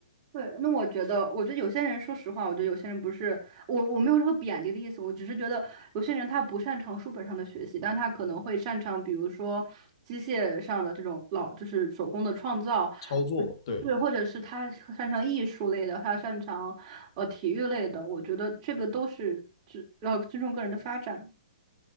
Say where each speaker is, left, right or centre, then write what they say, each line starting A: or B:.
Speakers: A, on the right; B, on the left.
A: 对，那我觉得，我觉得有些人，说实话，我觉得有些人不是我，我没有说贬低的意思，我只是觉得有些人他不擅长书本上的学习，但他可能会擅长，比如说机械上的这种老，就是手工的创造，
B: 操作，对。
A: 对，或者是他擅长艺术类的，他擅长呃体育类的，我觉得这个都是尊要尊重个人的发展。